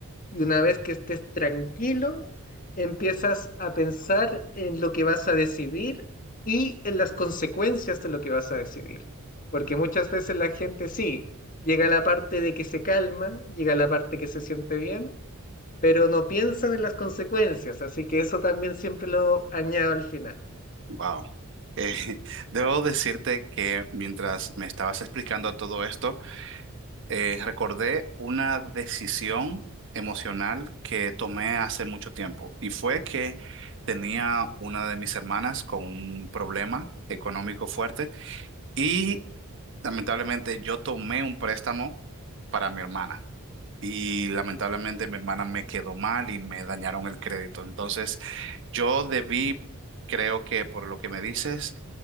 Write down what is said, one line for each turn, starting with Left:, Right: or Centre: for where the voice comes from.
Left: y una vez que estés tranquilo, empiezas a pensar en lo que vas a decidir y en las consecuencias de lo que vas a decidir. Porque muchas veces la gente sí, llega a la parte de que se calma, llega a la parte que se siente bien, pero no piensan en las consecuencias, así que eso también siempre lo añado al final.
Right: Wow. Eh, <laughs> debo decirte que mientras me estabas explicando todo esto, eh, recordé una decisión emocional que tomé hace mucho tiempo y fue que tenía una de mis hermanas con un problema económico fuerte. y Lamentablemente yo tomé un préstamo para mi hermana y lamentablemente mi hermana me quedó mal y me dañaron el crédito. Entonces yo debí, creo que por lo que me dices,